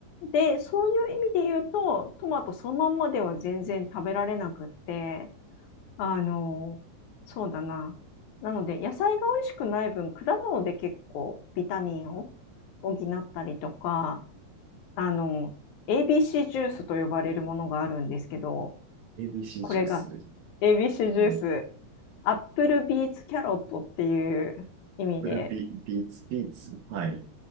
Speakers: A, on the left; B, on the right.
A: で、そういう意味で言うと、トマトそのまんまでは全然食べられなくって、あの、そうだな。なので、野菜が美味しくない分、果物で結構ビタミンを補ったりとか、あの、ABC ジュースと呼ばれるものがあるんですけど、
B: ABC
A: これが
B: ジュース、
A: ABC ジュース、
B: うん。
A: アップルビーツキャロットっていう意味で、
B: フルビ、ビーツ、ビーツ。はい。